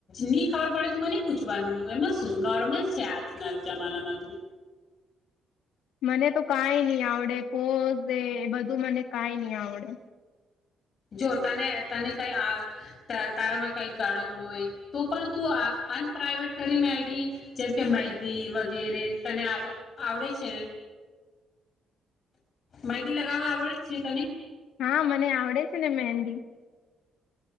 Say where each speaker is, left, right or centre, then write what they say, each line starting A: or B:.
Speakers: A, on the left (about 50°); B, on the left (about 85°).
A: ની ખબર પડે તો મને પૂછવાનું એમાં શું. નોર્મલ છે આજના જમાનામાં તું
B: મને તો કાઈ ની આવડે પોઝ એ એ બધું મને કાઈ ની આવડે.
A: જો તને તને કઈ આ તારામાં કાંઈ કળ હોય તો પણ તું આ અનપ્રાઈવેટ કરીને આઈડી જેમકે મેહદી વગેરે તને આવ આવડે છે ને? મેહદી લગાવવા આવડે છે તને?
B: હા મને આવડે છે ને મહેંદી